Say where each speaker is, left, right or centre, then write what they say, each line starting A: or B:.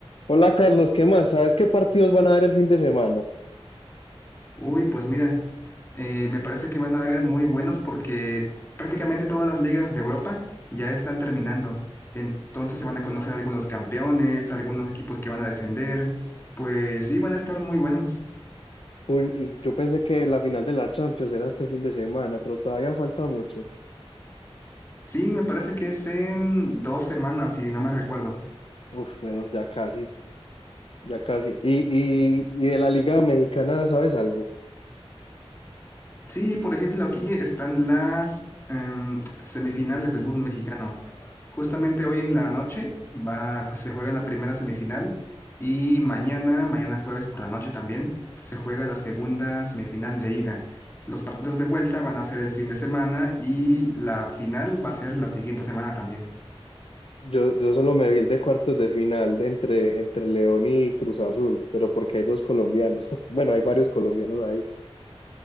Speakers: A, on the left (about 60°); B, on the left (about 20°).
A: Hola Carlos, ¿qué más? ¿Sabes qué partidos van a haber el fin de semana?
B: Uy, pues mira, eh, me parece que van a haber muy buenos porque prácticamente todas las ligas de Europa ya están terminando. Entonces se van a conocer algunos campeones, algunos equipos que van a descender. Pues sí, van a estar muy buenos.
A: Un- y yo pensé que la final de la Champions era este fin de semana, pero todavía falta mucho.
B: Sí, me parece que es en dos semanas, si no me recuerdo.
A: Uf, bueno, ya casi, ya casi. Y, y, y de la Liga Mexicana, ¿sabes algo?
B: Sí, por ejemplo, aquí están las em, semifinales del fútbol mexicano. Justamente hoy en la noche va, pues se juega la primera semifinal y mañana, mañana jueves por la noche también, se juega la segunda semifinal de ida. Los partidos de vuelta van a ser el fin de semana y la final va a ser la siguiente semana también.
A: Yo, yo solo me vi el de cuartos de final de entre, entre León y Cruz Azul, pero porque hay dos colombianos. <laughs> Bueno, hay varios colombianos ahí.